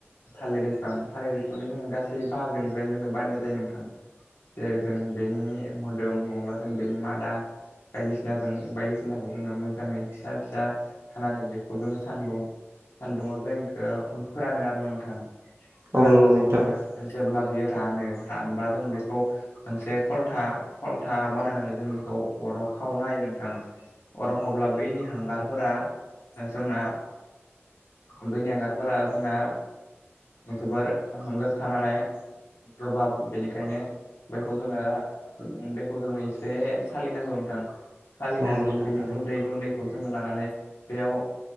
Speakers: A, on the left; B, on the right.
A: थालिर बिफां थालिर बिफांनो जोङो गासै बाहागोनिफ्रायनो जोङो बानायनाय जायो नोंथां। जेरै जों बेनि मोदोम नङाब्ला जों बेनि मादा बायदिसिनाजों बायदिसिनाखौ जोङो मोजाङै फिसा फिसा हानानै बेखौ जोङो सान्दुं सान्दुंङआव जोंखौ फोरानो आरो नोंथां। फोराननानै
B: औ नंगौ नोंथां।
A: जोङो जेब्ला बेयो रानो रानबा जों बेखौ मोनसे खलथा खलथा बानायनानै जों खौ अराव खावनाय हायो नोंथां। अराव खावब्ला बैनि हांगारफोरा जोंना बैनि हांगारफोरा जोंना जोबोर गोखा नालानाय गोबाब बेनिखायनो बेखौ जोङो बेखौ जोङो इसे सालिनांगौ नोंथां। सालिनानै
B: नंगौ नोंथां
A: जों बेनि
B: थारैनो
A: गुन्दै गुन्दैखौ जोङो लानानै बेयाव